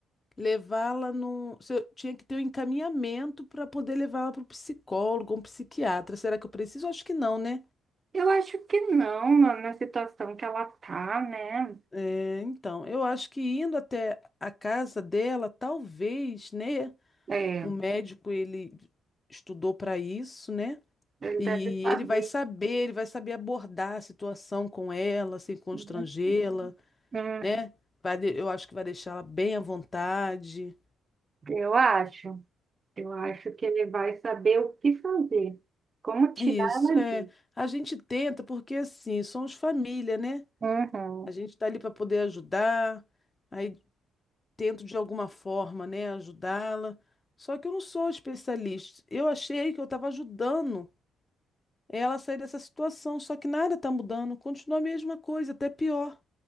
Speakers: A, on the left; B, on the right.
A: levá-la num, se eu tinha que ter um encaminhamento para poder levá-la para o psicólogo, um psiquiatra. Será que eu preciso? Acho que não, né?
B: Eu acho que não, na na situação que ela tá, né?
A: É, então, eu acho que indo até a casa dela, talvez, né?
B: É,
A: O médico, ele estudou para isso, né?
B: ele
A: E
B: deve saber.
A: ele vai saber, ele vai saber abordar a situação com ela, sem constrangê-la,
B: Uhum. Hum,
A: né? Vai, de- eu acho que vai deixar ela bem à vontade.
B: eu acho, eu acho que ele vai saber o que fazer, como tirar
A: Isso,
B: ela
A: é.
B: disso.
A: A gente tenta, porque assim, somos família, né?
B: Uhum.
A: A gente está ali para poder ajudar, aí tento de alguma forma, né, ajudá-la. Só que eu não sou especialista. Eu achei que eu estava ajudando É ela sair dessa situação, só que nada está mudando, continua a mesma coisa, até pior.